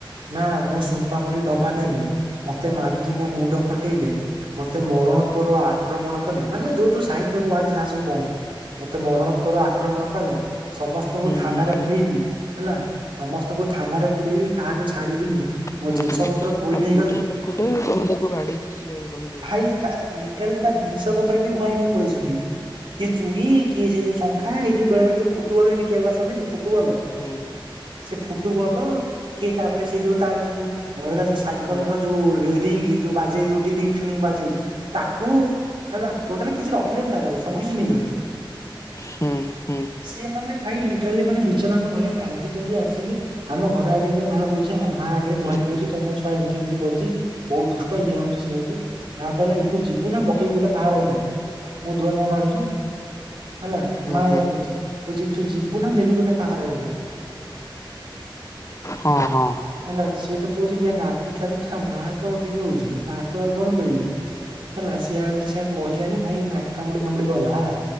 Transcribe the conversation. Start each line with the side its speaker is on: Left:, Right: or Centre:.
Right: ନା ମୋ ସୁନପାମ୍ପୁଡି ଡବା ନେଲେ ମତେ ମାରିକି ମୋ ମୁଣ୍ଡ ଫଟେଇଲେ। ମତେ ମରଣ ତୋର ଆକ୍ରମଣ କଲେ ମାନେ ଯୋଉ ଯୋଉ ସାହିତ୍ୟ ୱାର୍ଡ ଯାହା ସବୁ କହନ୍ତି। ମତେ ମରଣୋତ୍ଵର ଆକ୍ରମଣ କଲେ। ସମସ୍ତଙ୍କୁ
Left: ହୁଁ
Right: ଥାନାରେ
Left: ହୁଁ ହୁଁ।
Right: ପୁରଇବି ହେଲା ସମସ୍ତଙ୍କୁ ଥାନାରେ ପୁରଇବି କାହାକୁ ଛାଡିବିନି। ମୋ
Left: ହୁଁ
Right: ଜିନିଷ ପତ୍ର ଭୋଇ
Left: ଆଉ
Right: ନେଇ
Left: ବୁଢା
Right: ଗଲେ।
Left: ଲୋକଟେ ତମେ ତାକୁ ବାଡେଇଛ ସିଏ ଆଉ ରହିବ ହୁଁ।
Right: ଲିଟ୍ରେଲି ତାଜିନିଷ ପତ୍ର ବି ଭୁଆଇ ନେଇ ପଳେଇଚନ୍ତି। କିଏ ଚୁଡ଼ି କିଏ ସେ ଯୋଉ ଶଙ୍ଖା ଏଇ ଯୋଉ ବେଳେବେଳେ ଯଉ ଫୁଟବଲ ବି ବିିବାକୁ ଆସନ୍ତିନି ଫୁଟବଲ୍।
Left: ହୁଁ।
Right: ସେ ଫୁଟୁବଲ କି ତାପରେ ସେ ଯୋଉ ତାର ଯୋଉ ରହିଲା ଯୋଉ ସାଇକଲ
Left: ହୁଁ
Right: ର ଯୋଉ ରିଙ୍ଗ ଯୋଉ ବାଜେଇ ଯୋଉ ଟିଡିଙ୍ଗଟିଣିଙ୍ଗ ବାଜେଇ ତାକୁ। ହେଲା ଟୋଟାଲି କିଛି ରଖିଲେି ତାର ଆଉ ସବୁ କିଛି ନେଇଗଲେ।
Left: ହୁଁ ହୁଁ ହୁଁ
Right: ସିଏ ମାନେ ଭାଇ ଲିଟରାଲି ମାନେ ବିଚରାଙ୍କ ଭଳିଆ କାନ୍ଦି କାନ୍ଦି ଆସିକି ଆମ ଘର ଆଗେରେ ଯେ ମା ବହିଛି ନା ମା ଆଗରେ
Left: ହୁଁ
Right: ଗୁହାରି
Left: ହୁଁ ହୁଁ ହୁଁ
Right: କରୁଚି ତମ ଛୁଆ ଏମିତି ଏମିତି କରୁଚି। ବହୁତ ଦୁଷ୍ଟ ଇଏ ହଉଚି ସେି ହଉଚି ମା କହିଲା ଏଇଠୁ ଯିବୁ ନା ପକେଇବୁ ଗୋଟେ ପାହାର ହେଇନା। ମୁଁ ଦୁଆର ମୁହଁ ମାଡୁଚୁ। ହେଲା
Left: ହଁ
Right: ମା ଏୟା କହୁଚି କହୁଚି ଏଠୁ ଯିବୁ ନା ଦେବି ଗୋଟେ ପାହାର ଏଇନା।
Left: ହଁ ହଁ।
Right: ହେଲା ସିଏ ତ କହୁଚି ଇଏ ନାତି ଠାରୁ ଥା ମା ତ ଅଧିକ ହଉଛି ଆକୁ ଆଉ କଣ କହିବି। ହେଲା ସିଏ ଆଉ କିଛି ଆଉ କହିଲାନି ଭାଇ ନାକ କାମୁଡି କାମୁଡି ଗଲା ହେଲା।